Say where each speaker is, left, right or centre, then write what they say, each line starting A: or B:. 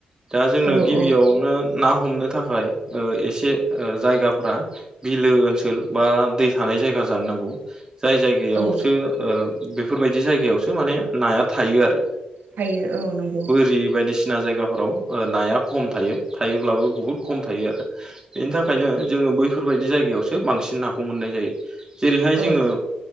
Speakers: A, on the right (about 25°); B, on the right (about 75°).
A: दा जोंनो
B: औ
A: गिबियावनो
B: औ
A: ना हमनो थाखाय उह एसे उह जायगाफ्रा बिलो ओनसोल बा दै थानाय जायगा जानो नांगौ। जाय जायगायावसो
B: औ
A: उह बेफोरबायदि जायगायावसो माने नाया थायो आरो।
B: फायो औ नंगौ
A: रि बायदिसिना जायगाफोराव ओ नाया खम थायो थायोब्लाबो बुहुद खम थायो आरो बेनि थाखायनो
B: औ
A: जोंङो बैफोरबायदि जायगायावसो बांसिन नाखौ मोननाय जायो जेरैहाय
B: औ
A: जोंङो